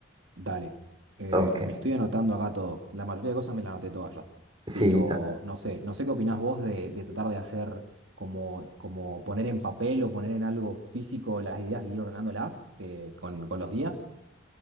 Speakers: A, on the right; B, on the right.
A: Dale. Eh,
B: Ok.
A: me estoy anotando acá todo. La mayoría de cosas me las anoté todas ya.
B: Sí,
A: Pero
B: sa-
A: no sé, no sé qué opinás vos de, de tratar de hacer como, como poner en papel o poner en algo físico las ideas y ir ordenándolas eh, con, con los días.